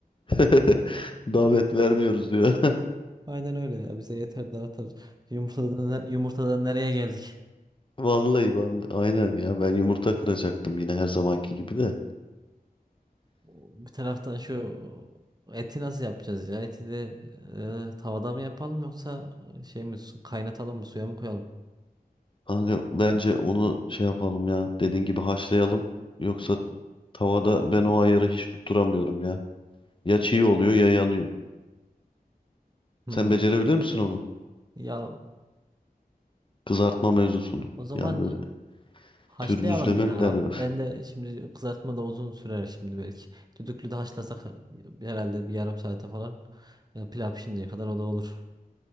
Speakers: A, on the left; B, on the right.
A: <laughs> Davet
B: Zaten
A: vermiyoruz diyor. <laughs>
B: aynen öyle ya. Bize yeter de artar. Yumurtadan, yumurtadan nereye geldik?
A: Vallahi vallahi. Aynen ya. Ben yumurta kıracaktım yine her zamanki gibi de.
B: Bir taraftan şu eti nasıl yapacağız ya? Eti de e, tavada mı yapalım yoksa şey mi su- kaynatalım mı suya mı koyalım?
A: Kanka bence onu şey yapalım ya. Dediğin gibi haşlayalım. Yoksa tavada ben o ayarı hiç tutturamıyorum ya. Ya çiğ oluyor ya yanıyor.
B: Hmm.
A: Sen becerebilir misin onu?
B: Ya
A: Kızartma mevzusunu.
B: o zaman
A: Yani böyle
B: Haşlayalım
A: pürmüzleme
B: ya.
A: mi derler?
B: Ben de şimdi kızartma da uzun sürer şimdi belki. Düdüklü de haşlasak herhalde bir yarım saate falan e, pilav pişinceye kadar o da olur.